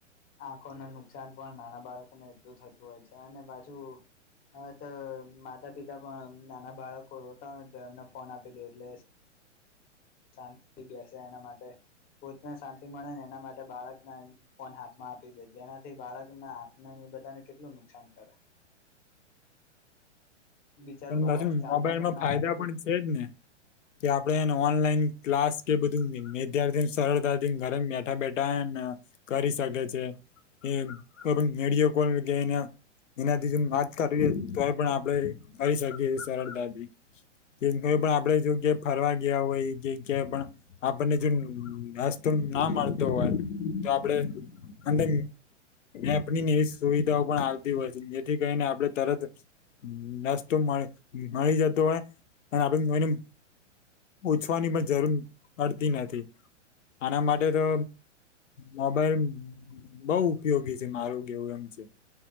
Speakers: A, on the left (about 25°); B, on the left (about 80°).
A: આંખોને નુકસાન પણ નાના બાળકોને એટલું થતું હોય છે અને બાજુ હવે તો માતા પિતા પણ નાના બાળકો રોતા હોય તો એમને ફોન આપી દે એટલે શાંતિ બેસે એના માટે પોતને શાંતિ મળે ને એના માટે બાળકને ફોન હાથમાં આપી દે જેનાથી બાળક ના હાથ ના બધાને કેટલું નુકસાન કરે બિચારું
B: પણ
A: બાળક
B: પાછુ
A: ચાલતા
B: મોબાઈલમાં
A: પણ
B: ફાયદા
A: ના
B: પણ છેજ ને કે આપડે એને ઓનલાઈન ક્લાસ કે બધું વિદ્યાર્થીને સરળતાથી ઘરે બેઠા બેઠા એ કરી શકે છે એ વિડીયો કોલ કેને એનાથી જો ના જ કરીએ તોય પણ આપડે કરી શકીએ સરળતાથી પણ આપડે જોગ્યા ફરવા ગયા હોય જગ્યાએ પણ આપણને જોસ્તો ના મળતો હોય તો આપડે અને એપ ની એવી સુવિધાઓ પણ આવતી હોય છે જેથી કરીને આપડણે તરત નાસ્તો મળ મળી જતો હોય અને આપે એને ઓછવાની પણ જરૂર પડતી નથી આના માટે તો મોબાઈલ બઉ ઉપયોગી છે મારું કેવું એમ છે